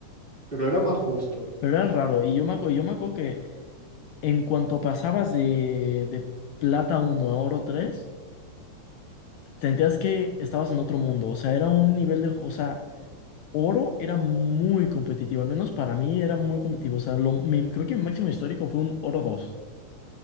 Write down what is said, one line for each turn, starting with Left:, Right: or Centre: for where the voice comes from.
Right: pero era más justo.
Left: Pero era raro. Y yo me acuerdo, yo me acuerdo que en cuanto pasabas de, de plata uno a oro 3 sentías que estabas en otro mundo. O sea, era un nivel de... O sea, oro era muy competitivo. Al menos para mí era muy competitivo. O sea, lo- mi- creo que mi máximo histórico fue un oro dos